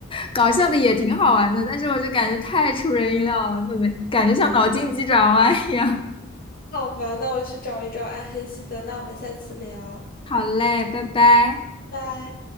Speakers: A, on the left; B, on the left.
A: 搞笑的也挺好玩的，但是我就感觉太出人意料了，怎么感觉像脑筋急转弯一样。
B: 好吧，那我去找一找暗黑系的，那我们下次聊，
A: 好嘞，拜拜。
B: 拜。